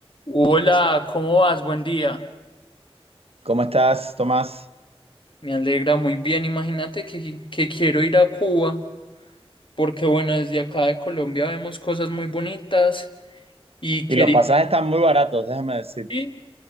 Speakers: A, on the left (about 55°); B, on the right (about 70°).
A: Hola, ¿cómo vas? Buen día.
B: ¿Cómo estás, Tomás?
A: Me alegra muy bien. Imagínate que, que quiero ir a Cuba, porque bueno, desde acá de Colombia vemos cosas muy bonitas y quería
B: Y los pasajes están muy baratos, déjame decir.
A: ir.